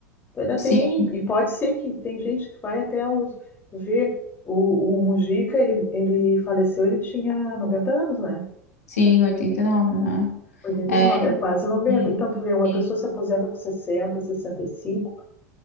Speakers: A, on the left; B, on the left.
A: Ainda tem,
B: Sim,
A: e pode ser que tem gente que vai até os, ver o, o Mujica, ele, ele faleceu, ele tinha 90 anos, né?
B: sim, 89. aham.
A: oitenta
B: É,
A: e nove é quase noventa.
B: sim,
A: Então, tu vê, uma
B: sim,
A: pessoa se aposenta com sessenta, sessenta sessenta e cinco,